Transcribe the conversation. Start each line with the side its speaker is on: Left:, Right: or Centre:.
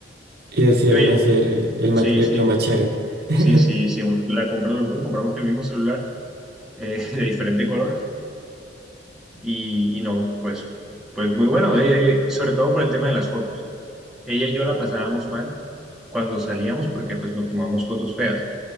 Right: Y decidieron
Centre: Y oye,
Right: hacer, eh, el
Centre: sí,
Right: ma- eh,
Centre: sí,
Right: lo macharon <laughs>
Centre: sí, sí, sí, la compra los dos, compramos el mismo celular eh, <laughs> de diferente color y, y no, pues, pues muy bueno. eh, eh, y sobre todo por el tema de las fotos Ella y yo la pasábamos mal cuando salíamos porque pues nos tomamos fotos feas,